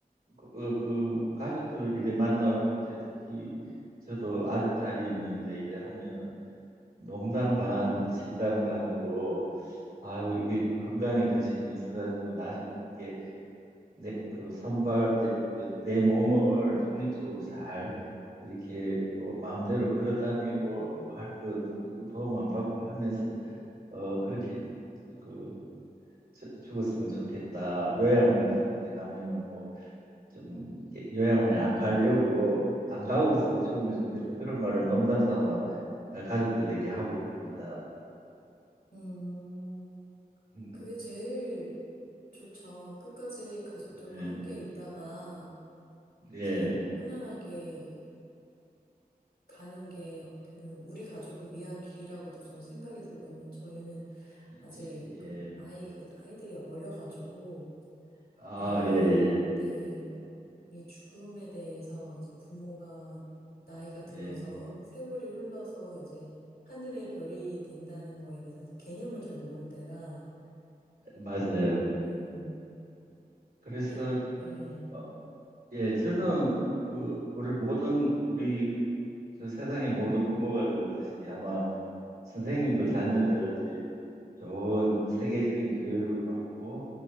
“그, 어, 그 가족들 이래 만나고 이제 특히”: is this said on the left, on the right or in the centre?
Right